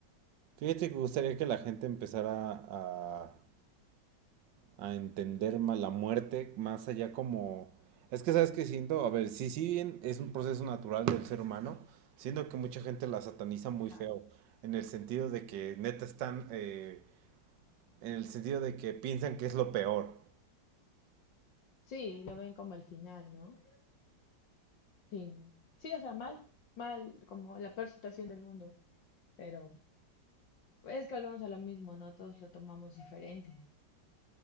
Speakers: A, on the right; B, on the left.
A: Fíjate que gustaría que la gente empezara a, a entender más la muerte, más allá como... Es que sabes que siento, a ver, sí, sí bien es un proceso natural del ser humano, siento que mucha gente la sataniza muy
B: Ajá.
A: feo, en el sentido de que neta están, eh, en el sentido de que piensan que es lo peor.
B: Sí, lo ven como el final, ¿no? Sí, sí, o sea, mal, mal, como la peor situación del mundo, pero es que volvemos a lo mismo, ¿no? Todos lo tomamos diferente.